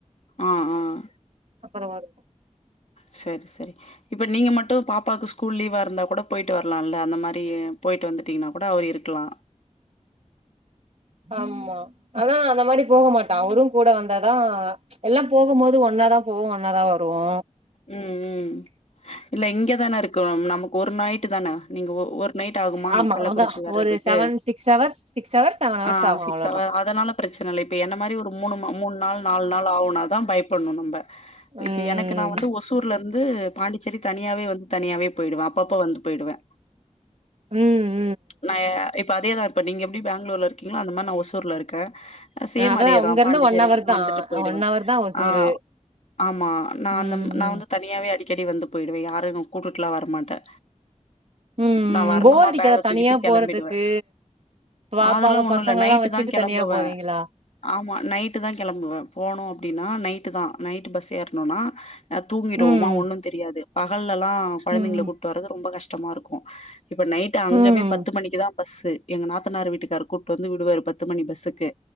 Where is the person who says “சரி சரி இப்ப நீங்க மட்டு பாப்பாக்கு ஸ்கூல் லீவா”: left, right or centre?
Left